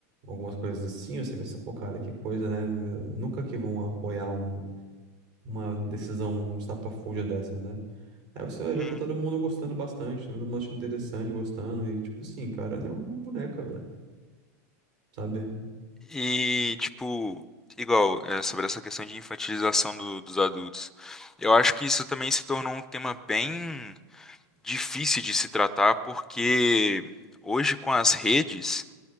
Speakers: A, on the right; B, in the centre.
A: algumas coisas assim, você pensa, pô, cara, que coisa, né? Nunca que vão apoiar um- uma decisão um estapafúrdia dessas, né? Aí você vai
B: Uhum.
A: ver, tá todo mundo gostando bastante, todo mundo achando interessante, gostando, e tipo assim, cara, é uma boneca, velho, sabe?
B: E, tipo, igual, é, sobre essa questão de infantilização do- dos adultos. Eu acho que isso também se tornou um tema bem difícil de se tratar, porque hoje com as redes,